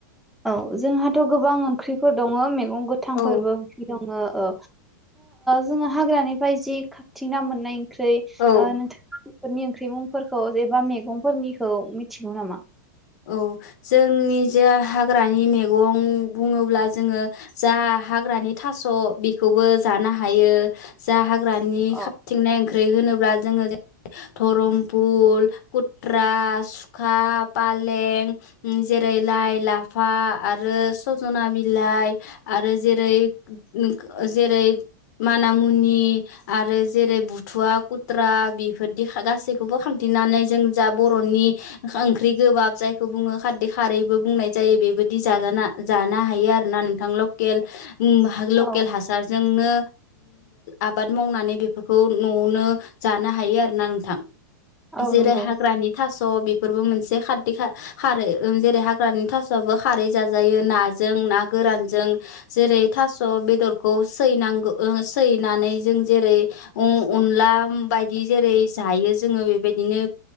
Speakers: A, in the centre; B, on the left (about 60°).
A: औ जोंहाथ' गोबां ओंख्रिफोर दङो मैगं गोथांफोरबो
B: औ
A: ओंख्रि दङो औ। जोङो हाग्रानिफ्राय जि खांथिंना मोननाय ओंख्रै ओ
B: औ
A: नोंथां फोरनि ओंख्रि मुंफोरखौ एबा मेगंफोरनिखौ मिथिगौ नामा?
B: औ जोंनि जे हाग्रानि मेगं बुङोब्ला जोङो जा हाग्रानि थास' बेखौबो जानो हायो। जा हाग्रानि
A: औ
B: खाबथिंनाय ओं ख्रै होनोब्ला जोङो धरमफुल खुथ्रा, सुखाब पालें जेरै लाइ, लाफा आरो सजना बिलाइ आरो जेरै <unintelligible> जेरै माना मुनि आरो जेरै बुथुवा खुत्रा बेफोरदि गासैखौबो खांथिनानै जों जा बर'नि <unintelligible> ओंख्रि गोबाब जायखौ बुङो खाददै खारैबो बुंनाय जायो। बेबायदि जाजाना जानो हायो आरोना नोंथां। ल केल लकेल
A: औ
B: हासारजोंनो आबाद मावनानै बेफोरखौ न'आवनो जानो हायो आरोना नोंथां।
A: औ
B: जेरै
A: नंगौ
B: हाग्रानि थास' बेफोरबो मोनसे खाददै खा-खारै जेरै हाग्रानि थास'वाबो खारै जाजायो नाजों, ना गोरानजों। जेरै थास' बेदरखौ सैनांगो सैनानै जों जेरै अनला बायदि जेरै जायो जोङो बेबायदिनो